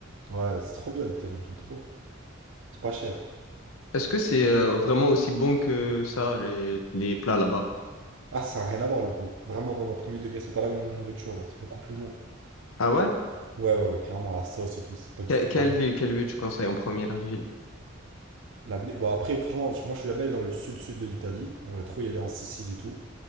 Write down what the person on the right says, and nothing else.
Ouais, c'est trop bien l'Italie, moi, j'aime trop. C'est pas cher.
Oui.
Ah, ça a rien à voir le goût. Vraiment, vraiment, premier degré, c'est pas la même nourriture, genre, c'est beaucoup plus bon.
Ouais, ouais, ouais, clairement, la sauce et tout, c'est pas du
tout
pareil.
La mer- Bon, après, franchement, je- moi, je suis jamais allé dans le sud-sud de l'Italie. J'aimerais trop y aller en Sicile et tout.